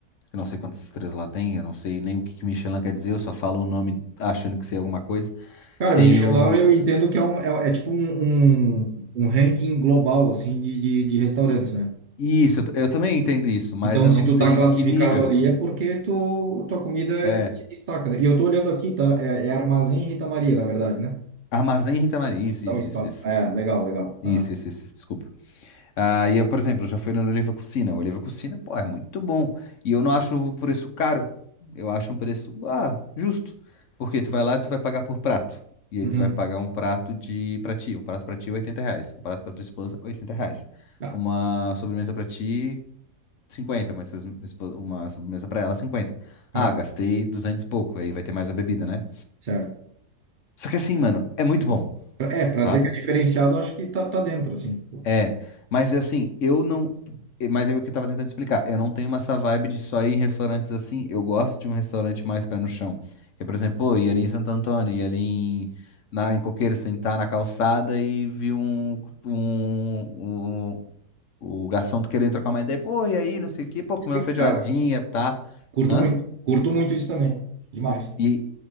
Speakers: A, on the left; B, on the right.
A: Eu não sei quantas estrelas lá tem, eu não sei nem o que que Michelin quer dizer, eu só falo o nome achando que sei alguma coisa.
B: Cara,
A: Tenho.
B: Michelin, eu entendo que é, um, é, é tipo um, um, um ranking global, assim, de, de, de restaurantes, né?
A: Isso, eu, t- eu também entendo isso, mas
B: Então,
A: eu
B: se
A: não
B: tu
A: sei
B: tá classificado
A: que nível.
B: ali, é porque tu, tua comida é-
A: É.
B: se destaca, né? E eu tô olhando aqui, tá? É, é Armazém Rita Maria, na verdade, né?
A: Armazém Rita Maria. Isso, isso,
B: É um espaço.
A: isso, isso.
B: É, legal, legal.
A: Isso,
B: Aham.
A: isso, isso, isso, desculpa. Ah, e eu, por exemplo, já fui no Oliva Cucina. O Oliva Cucina, pô, é muito bom. E eu não acho o preço caro. Eu acho um preço, ah, justo. Porque tu vai lá e tu vai pagar por prato. E aí
B: Uhum.
A: tu vai pagar um prato de pra ti. Um prato pra ti, 80 reais. Um prato pra tua esposa, 80 reais.
B: Tá.
A: Uma sobremesa pra ti, 50. Uma, esposa- esposa- uma sobremesa pra ela, 50. Ah,
B: Aham.
A: gastei 200 e pouco. Aí vai ter mais a bebida, né?
B: Certo.
A: Só que assim, mano, é muito bom,
B: É, pra
A: sabe?
B: dizer que é diferenciado, eu acho que tá, tá dentro, assim. Pô,
A: É, mas assim, eu não. eh, Mas é o que eu tava tentando explicar. Eu não tenho essa vibe de só ir em restaurantes assim. Eu gosto de um restaurante mais pé no chão. Que, por exemplo, pô, ir ali em Santo Antônio, ir ali em, na, em Coqueiro, sentar na calçada e vi um, um, um- o garçom querendo trocar uma ideia. Pô, e aí, não sei o quê, pô, comer
B: que
A: uma feijoadinha,
B: Cara,
A: tá?
B: Curto
A: Hã?
B: muito. Curto muito isso também. Demais.
A: E,